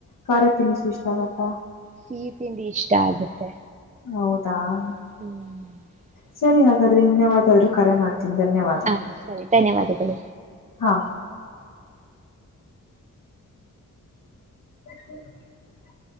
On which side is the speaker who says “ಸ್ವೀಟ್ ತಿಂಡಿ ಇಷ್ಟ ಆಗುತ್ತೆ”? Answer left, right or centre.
Right